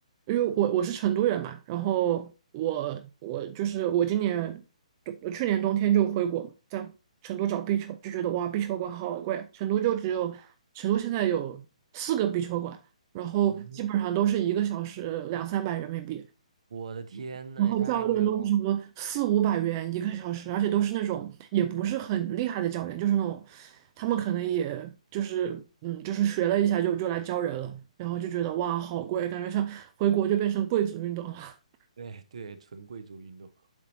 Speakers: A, on the right (about 30°); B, on the right (about 55°).
A: 因为我我是成都人嘛，然后我我就是我今年去年冬天就回国，在成都找壁球，就觉得哇，壁球馆好贵啊，成都就只有成都现在有四个壁球馆，然后基本上都是一个小时两三百人民币，
B: 嗯，我的天呐，
A: 然后教练都是什么四五百元一个小时，
B: 也太贵了吧！
A: 而且都是那种也不是很厉害的教练，就是那种他们可能也就是嗯，就是学了一下就就来教人了，然后就觉得哇好贵，感觉像回国就变成贵族运动了。<laughs>
B: 对对，纯贵族运动，